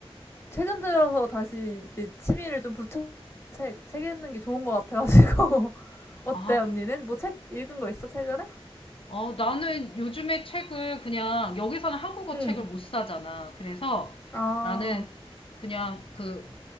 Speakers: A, on the left; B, on the left.
A: 최근 들어서 다시 이제 취미를 좀 붙여 책, 책 읽는 게 좋은 것 같아가지고. <laughs> 어때,
B: 아,
A: 언니는? 뭐 책 읽은 거 있어, 최근에?
B: 어, 나는 요즘에 책을 그냥 여기서는 한국어
A: 응.
B: 책을 못 사잖아. 그래서
A: 아.
B: 나는 그냥 그,